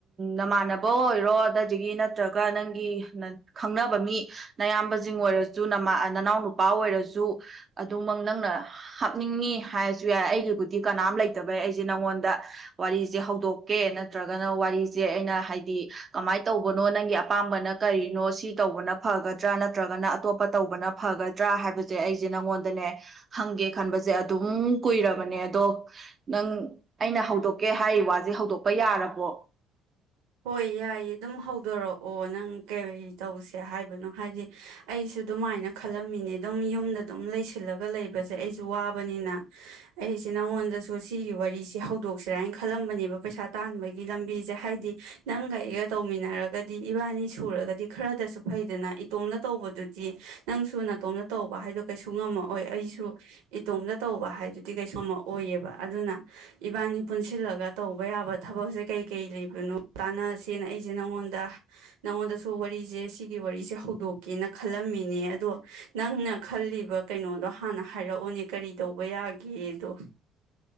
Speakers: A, on the right; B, on the right.
A: ꯅꯃꯥꯟꯅꯕ ꯑꯣꯏꯔꯣ ꯑꯗꯒꯤ ꯅꯠꯇ꯭ꯔꯒ ꯅꯪꯒꯤ ꯈꯪꯅꯕ ꯃꯤ ꯅꯌꯥꯝꯕꯁꯤꯡ ꯑꯣꯏꯔꯁꯨ ꯅꯅꯥꯎꯅ ꯅꯨꯄꯥ ꯑꯣꯏꯔꯁꯨ ꯑꯗꯨꯃꯛ ꯅꯪꯅ ꯍꯥꯞꯅꯤꯡꯉꯤ ꯍꯥꯏꯔꯁꯨ ꯌꯥꯏ ꯑꯩꯒꯤ ꯕꯨꯗꯤ ꯀꯅꯥꯝ ꯂꯩꯇꯕꯩ ꯑꯩꯁꯦ ꯅꯪꯉꯣꯟꯗ ꯋꯥꯔꯤꯁꯦ ꯍꯧꯗꯣꯛꯀꯦ ꯅꯠꯇ꯭ꯔꯒꯅ ꯋꯥꯔꯤꯁꯦ ꯑꯩꯅ ꯍꯥꯏꯗꯤ ꯀꯃꯥꯏꯅ ꯇꯧꯕꯅꯣ ꯅꯪꯒꯤ ꯑꯄꯥꯝꯕꯅ ꯀꯔꯤꯅꯣ ꯁꯤ ꯇꯧꯕꯅ ꯐꯒꯗ꯭ꯔꯥ ꯅꯠꯇ꯭ꯔꯒꯅ ꯑꯇꯣꯞꯄ ꯇꯧꯕꯅ ꯐꯒꯗ꯭ꯔꯥ ꯍꯥꯏꯕꯁꯦ ꯑꯩꯁꯦ ꯅꯪꯉꯣꯟꯗꯅꯦ ꯍꯪꯒꯦ ꯈꯟꯕꯁꯦ ꯑꯗꯨꯝ ꯀꯨꯏꯔꯕꯅꯦ ꯑꯗꯣ ꯅꯪ ꯑꯩꯅ ꯍꯧꯗꯣꯛꯀꯦ ꯍꯥꯏ ꯋꯥꯁꯦ ꯍꯧꯗꯣꯛꯄ ꯌꯥꯔꯕꯣ
B: ꯍꯣꯏ ꯌꯥꯏꯌꯦ ꯑꯗꯨꯝ ꯍꯧꯗꯣꯔꯛꯑꯣ ꯅꯪ ꯀꯔꯤ ꯇꯧꯁꯦ ꯍꯥꯏꯕꯅꯣ ꯍꯥꯏꯗꯤ ꯑꯩꯁꯨ ꯑꯗꯨꯃꯥꯏꯅ ꯈꯜꯂꯝꯃꯤꯅꯦ ꯑꯗꯨꯝ ꯌꯨꯝꯗ ꯑꯗꯨꯝ ꯂꯩꯁꯤꯜꯂꯒ ꯂꯩꯕꯁꯦ ꯑꯩꯁꯨ ꯋꯥꯕꯅꯤꯅ ꯑꯩꯁꯦ ꯅꯉꯣꯟꯗꯁꯨ ꯁꯤꯒꯤ ꯋꯥꯔꯤꯁꯤꯦ ꯍꯧꯗꯣꯛꯁꯤꯔꯥ ꯍꯥꯏꯅ ꯈꯜꯂꯝꯕꯅꯦꯕ ꯄꯩꯁꯥ ꯇꯥꯟꯕꯒꯤ ꯂꯝꯕꯤꯁꯦ ꯍꯥꯏꯗꯤ ꯅꯪꯒ ꯑꯩꯒ ꯇꯧꯃꯤꯟꯅꯔꯒꯗꯤ ꯏꯕꯥꯅꯤ ꯁꯨꯔꯒꯗꯤ ꯈꯔꯗꯁꯨ ꯐꯩꯗꯅ ꯏꯇꯣꯝꯅ ꯇꯧꯕꯗꯨꯗꯤ ꯅꯪꯁꯨ ꯅꯥꯇꯣꯝꯅ ꯇꯧꯕ ꯍꯥꯏꯗꯣ ꯀꯩꯁꯨ ꯉꯝꯃꯛꯑꯣꯏ ꯑꯩꯁꯨ ꯏꯇꯣꯝꯅ ꯇꯧꯕ ꯍꯥꯏꯗꯨꯗꯤ ꯀꯩꯁꯨꯝꯃꯛꯑꯣꯏꯑꯕ ꯑꯗꯨꯅ ꯏꯕꯥꯅꯤ ꯄꯨꯟꯁꯤꯜꯂꯒ ꯇꯧꯕ ꯌꯥꯕ ꯊꯕꯛꯁꯦ ꯀꯩ ꯀꯩ ꯂꯩꯕꯅꯣ ꯇꯥꯅꯁꯦꯅ ꯑꯩꯁꯦ ꯅꯪꯉꯣꯟꯗ ꯅꯪꯉꯣꯟꯗꯁꯨ ꯋꯥꯔꯤꯁꯦ ꯁꯤꯒꯤ ꯋꯥꯔꯤꯁꯦ ꯍꯧꯗꯣꯛꯀꯦꯅ ꯈꯜꯂꯝꯃꯤꯅꯦ ꯑꯗꯣ ꯅꯪꯅ ꯈꯜꯂꯤꯕ ꯀꯩꯅꯣꯗꯣ ꯍꯥꯟꯅ ꯍꯥꯏꯔꯛꯑꯣꯅꯦ ꯀꯔꯤ ꯇꯧꯕ ꯌꯥꯒꯦꯗꯣ